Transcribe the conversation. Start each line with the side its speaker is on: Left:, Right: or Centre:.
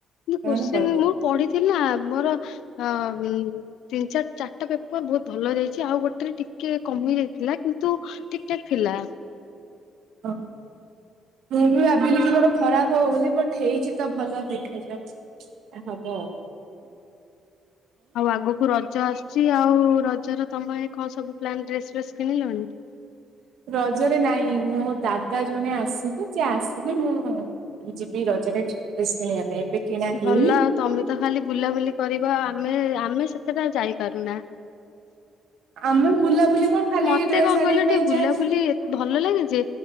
Left: ଇ
Right: ସେମାନେ
Left: କୋଶ୍ଚିନ୍
Right: କରିପାରିବେ।
Left: ମୁଁ ପଢିଥିଲି ନା ମୋର ଆମ୍ ଉଁ ତିନି ଚାର ଚାରିଟା ପେପର ବହୁତ ଭଲ ଯାଇଚି। ଆଉ ଗୋଟେରେ ଟିକେ କମି ଯାଇଥିଲା କିନ୍ ତୁ ଠିକଠାକ୍ ଥିଲା।
Right: ଅ ମୁଁ ବି ଭାବିଲି କି ମୋର ଖରାପ ହବ ବୋଲି ବଟ୍ ହେଇଚି ତ ଭଲ ଦେଖାଯାଉ। ଯାହା ହବ।
Left: ଆଉ ଆଗକୁ ରଜ ଆସୁଚି ଆଉ ରଜର ତମ ପାଇଁ କଣ ସବୁ ପ୍ଲାନ୍ ଡ୍ରେସ ଫ୍ରେସ୍ କିଣିଲଣି?
Right: ରଜରେ ନାଇଁ ମୋ ଦାଦା ଜଣେ ଆସିବେ। ସିଏ ଆସିଲେ ମୁଁ ଯିବି ରଜରେ ଡ୍ରେସ୍ କିଣିବା ପାଇଁ ଏବେ କିଣା ହେଇନି।
Left: ଭଲ ଆଉ ତମେ ତ ଖାଲି ବୁଲାବୁଲି କରିବ। ଆମେ ଆମେ ସେତେଟା ଯାଇପାରୁନା।
Right: ଆମେ ବୁଲାବୁଲି କଣ ଖାଲି
Left: ମତେ
Right: ଡ୍ରେସ
Left: କଣ
Right: ଆଣିବା
Left: କହିଲେ
Right: ପାଇଁ
Left: ଟିକେ ବୁଲାବୁଲି
Right: ଯାହା
Left: ଏତ୍ ଭଲଲାଗେ ଯେ